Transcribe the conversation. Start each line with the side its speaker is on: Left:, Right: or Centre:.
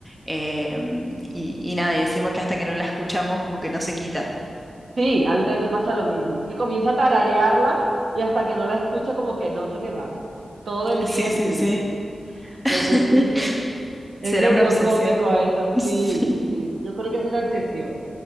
Centre: Eh, y, y nada, y decimos que hasta que no la escuchamos como que no se quita.
Right: Sí, a mí también me pasa lo mismo, que comienza a tararearla y hasta que no la escucha como que no se me va. Todo
Centre: <laughs>
Right: el día
Centre: Sí,
Right: así.
Centre: sí, sí. <laughs>
Right: Entonces, sí, <laughs> es
Centre: ¿Será
Right: medio
Centre: una obsesión?
Right: cómico eso.
Centre: <laughs>
Right: Sí, sí,
Centre: Sí.
Right: yo creo que es una obsesión.